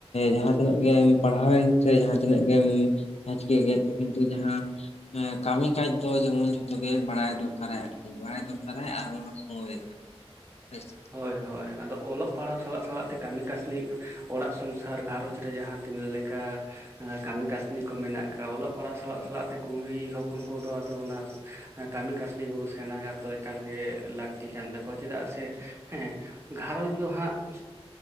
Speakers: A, on the left; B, on the right.
A: ᱡᱟᱦᱟᱸ ᱛᱤᱱᱟᱹᱜ ᱜᱮ ᱯᱟᱲᱦᱟᱣᱮᱱ ᱪᱮ ᱢᱟᱦᱟᱸ ᱛᱤᱱᱟᱹᱜ ᱜᱮᱢ ᱡᱟᱦᱟᱸ ᱪᱤᱠᱟᱹ ᱠᱮᱫ ᱠᱤᱱᱛᱩ ᱡᱟᱦᱟᱸ ᱮᱸ ᱠᱟᱹᱢᱤ ᱠᱟᱡᱽ ᱫᱚ ᱡᱮᱢᱚᱱ ᱡᱷᱚᱛᱚ ᱜᱮ ᱵᱟᱲᱟᱭ ᱫᱚᱨᱠᱟᱨᱟᱭ ᱟᱨᱼᱼ ᱵᱟᱭ ᱫᱚᱠᱟᱨ ᱟᱨ ᱦᱳᱭ, ᱦᱳᱭ ᱪᱮ
B: ᱦᱳᱭ ᱦᱳᱭ, ᱟᱫᱚ ᱚᱞᱚᱜ ᱯᱟᱲᱦᱟᱣ ᱥᱟᱞᱟᱜ ᱥᱟᱞᱟᱜ ᱛᱮ ᱠᱟᱹᱢᱤ ᱠᱟᱹᱥᱱᱤ ᱚᱲᱟᱜ ᱥᱚᱝᱥᱟᱨ ᱜᱷᱟᱨᱚᱸᱡᱽ ᱨᱮ ᱡᱟᱦᱟᱸ ᱛᱤᱱᱟᱹᱜ ᱞᱮ ᱠᱟ ᱠᱟᱹᱢᱤ ᱠᱟᱹᱥᱱᱤ ᱠᱚ ᱢᱮᱱᱟᱜ ᱠᱟᱣ ᱚᱞᱚᱜ ᱯᱟᱲᱦᱟᱣ ᱥᱟᱞᱟᱜ ᱥᱟᱞᱟᱜ ᱛᱮ ᱠᱩᱲᱤ ᱦᱚᱯᱚᱱ ᱠᱚᱫᱚ ᱟᱫᱚ ᱚᱱᱟ ᱾ ᱠᱟᱹᱢᱤ ᱠᱟᱹᱥᱱᱤ ᱠᱩᱠᱚ ᱥᱮᱬᱟᱭᱟ ᱫᱚ ᱮᱠᱟᱞ ᱜᱮ ᱞᱟᱹᱠᱛᱤ ᱠᱟᱱ ᱛᱟᱠᱚᱣᱟ ᱪᱮᱫᱟᱜ ᱥᱮ ᱦᱮᱸ ᱜᱷᱟᱨᱚᱸᱡᱽ ᱫᱚ ᱦᱟᱸᱜ ᱤᱥ